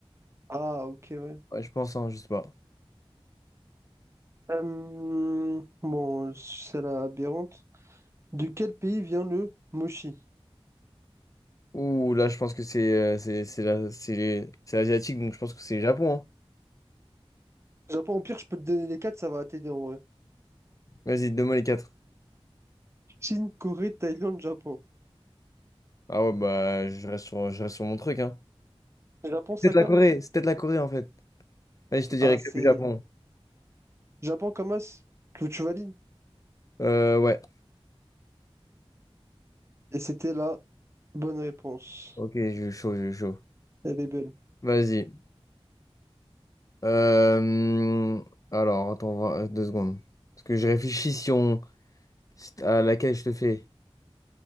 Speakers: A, on the right; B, on the left.
A: Ah, ok, ouais.
B: Ouais, je pense, hein, je sais pas.
A: Euh, bon, c'est la aberrante. De quel pays vient le mochi?
B: Ouh, là, je pense que c'est euh, c'est c'est la- c'est- c'est asiatique, donc je pense que c'est Japon. hein.
A: Japon, au pire, je peux te donner les quatre, ça va t'aider en vrai.
B: Vas-y, donne-moi les quatre.
A: Chine, Corée, Thaïlande, Japon.
B: Ah ouais, bah, je reste sur, je reste sur mon truc, hein.
A: Japon,
B: C'est
A: ça
B: Peut-être la
A: comme?
B: Corée, c'est peut-être la Corée en fait. Allez, je te dirais
A: Ah,
B: que
A: c'est
B: le Japon.
A: Japon comme as. que Tu valides?
B: Euh, ouais.
A: Et c'était la bonne réponse.
B: Ok, je suis chaud, je suis chaud.
A: Elle est belle.
B: Vas-y. Euh, Alors, attends, on va- euh, deux secondes. Parce que je réfléchis si on... si- à laquelle je te fais.